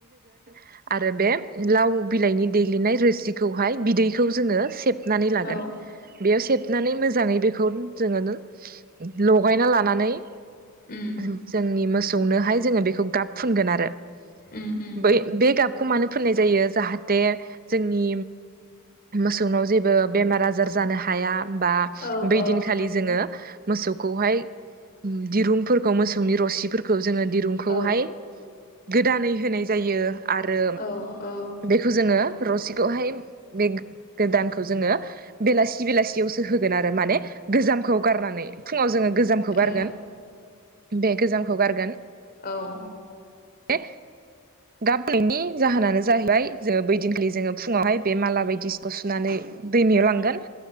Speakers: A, on the right (about 40°); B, on the left (about 45°).
A: <unintelligible> <unintelligible> आरो बे लाव बिलाइनि दैेग्लिनाय रोसिखौहाय बिदै <unintelligible>
B: औ
A: <unintelligible> मोजाङै बेखौ जोङो। लगायना लानानै
B: उम
A: जोंनि मोसौ। <unintelligible>
B: उम उम
A: <unintelligible> मानो फोननाय जायो जाहाथे जोंनि मोसौनाव जेबो बेमार आजार जानो हाया। बा
B: औ
A: बै
B: औ
A: दिनखालि जोङो। मोसौखौहाय दिरुंफोरखौ मोसौनि रसि <unintelligible> जोंङो दिरुंखौहाय
B: औ
A: गोदानै होनाय जायो आरो
B: औ औ
A: बेखौ जोंङो रसिखौहाय बे गोदानखौ जोंङो बेलासि-बेलासियावसो होगोन आरो माने गोजामखौ गारनानै फुङाव जोंङो गोजामखौ गारगोन
B: ए
A: बे गोजाम खौगारगोन
B: औ
A: बे गारनायनि जाहोनानो जाहैबाय जोंङो बैदिनखालि जोंङो फुंङावहाय बे माला बायदिसिखौ सुनानै दैमायाव लांगोन